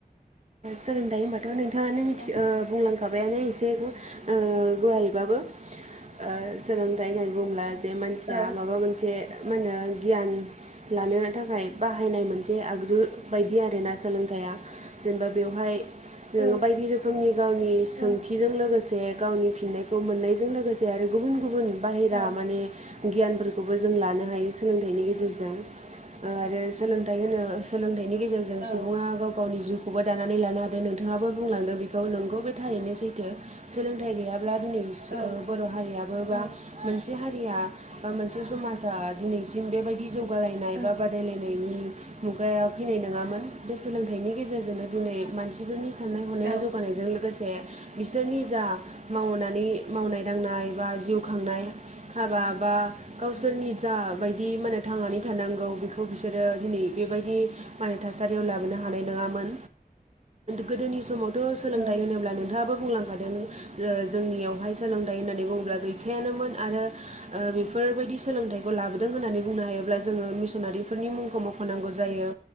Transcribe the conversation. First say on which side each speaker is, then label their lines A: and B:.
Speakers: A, on the right; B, on the right.
A: सोलोंथाइ होनबाथ' नोंथाङानो मिथि
B: औ
A: ओ बुंलांखा खाबायानो इसे ओ गुवारैबाबो ओ सोलोंथाइ होननानै बुङोब्ला जे मानसिया
B: औ
A: माबा मोनसे मा होनो गियान लानो थाखाय बाहायनाय मोनसे आग जु बायदि आरोना सोलोंथाइया जेनेबा बेवहाय नोङो
B: औ
A: बायदि रोखोमनि गावनि सोंथिजों
B: औ
A: लोगोसे गावनि फिननायखौ मोननायजों लोगोसे आरो गुबुन गुबुन बाहेरा
B: औ
A: माने गियानफोरखौबो जों लानो हायो सोलोंथाइनि गेजेरजों आरो ओ सोलोंथाइ होनो थाइनि गेजेरजों
B: औ
A: सुबुङा गाव गावनि जिउ खौबो दानानै लानो हादों नोंथाङाबो बुंलांदों बेखौ नोंगौ बे थारैनो सैथो सोलोंथ गैयाबा दिनै
B: औ
A: बर' हारियाबो बा
B: औ
A: मोनसे हारिया बा मोनसे समाजा दिनैसिम बेबायदि जौगालायनाय
B: औ
A: बा बादायलायनायनि मुगायाव फैनाय नङामोन बे सोलोंथाइनि गेजेरजोंनो दिनै मानसिफोरनि साननाय-हनाया
B: औ
A: जौगानायजों लोगोसे बिसोरनि जा मावनानै मावनाय दांनाय बा जिउ खांनाय हाबा बा गावसोरनि जा बायदि माने थांनानै थानांगौ बेखौ बिसोरो दिनै बेबायदि माने थासारियाव लाबोनो हानाय नङामोन गोदोनि समाव थ' सोलोंथाइ
B: औ
A: होनोब्ला नोंथाङाबो बुंलांखादों ओ जोंनियावहाय सोलोंथाइ होननानै बुङोब्ला गै हाखायानोमोन आरो बेफोरबायदि सोलोंथाइखौ लाबोदों होननानै बुंनो हायोब्ला जोङो मि मिसनारिफोरनि मुंखौ मुंख नांगौ जायो